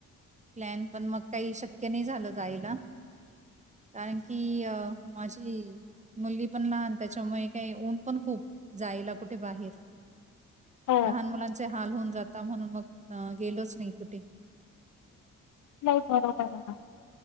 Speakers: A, on the right (about 20°); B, on the left (about 55°).
A: प्लॅन पण मग काही शक्य नाही झालं जायला कारण की माझी मुलगी पण लहान त्याच्यामुळे काही ऊन पण खूप जायला कुठे बाहेर
B: हो
A: लहान मुलांचे हाल होऊन जात ता म्हणून मग गेलोच नाही कुठे
B: नाही बरोबर